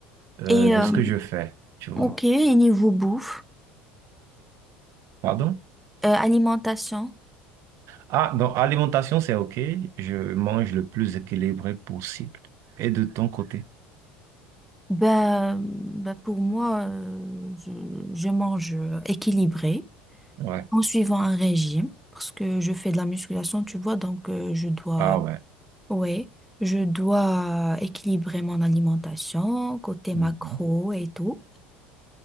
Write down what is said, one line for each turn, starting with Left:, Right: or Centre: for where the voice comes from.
Right: euh,
Centre: Et
Right: de
Centre: euh,
Right: ce que je fais, tu vois.
Centre: ok, et niveau bouffe,
Right: Pardon?
Centre: euh, alimentation,
Right: Ah, dans alimentation, c'est OK. Je mange le plus équilibré possible. Et de ton côté?
Centre: ben, ben, pour moi, euh, je, je mange euh, équilibré
Right: Ouais.
Centre: en suivant un régime parce que je fais de la musculation, tu vois, donc euh, je dois,
Right: Ah ouais.
Centre: ouais, je dois équilibrer mon alimentation côté macro
Right: Mhm.
Centre: et tout.